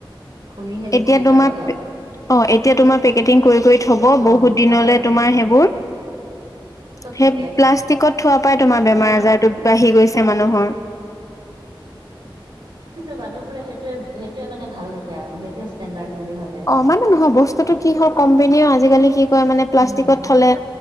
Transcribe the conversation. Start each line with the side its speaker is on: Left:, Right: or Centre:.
Right: খুলিহে বেচে
Left: এতিয়া তোমাৰ,
Right: কাগজত
Left: অ এতিয়া তোমাৰ পেকেটিং কৰি কৰি থব
Right: অ',
Left: বহুত
Right: চব
Left: নহলে
Right: আৰু পেকেট,
Left: তোমাৰ সেইবোৰ,
Right: চব
Left: সেই
Right: পেকেট।
Left: প্লাষ্টিকত থোৱাৰ পৰা তোমাৰ বেমাৰ
Right: অ',
Left: আজাৰ বাঢ়ি গৈছে মানুহৰ।
Right: কিন্তু মানুহবোৰে সেইটোয়ে সেইটোৱে মানে ভাল দেখে। হে আৰু সেইটো ষ্টেণ্ডাৰ্ড বুলি ভাবে।
Left: অ মানে নহয় বস্তুটো কি হল কোম্পেনীয়েও আজিকালি কি কৰে মানে প্লাষ্টিকত
Right: উম,
Left: থলে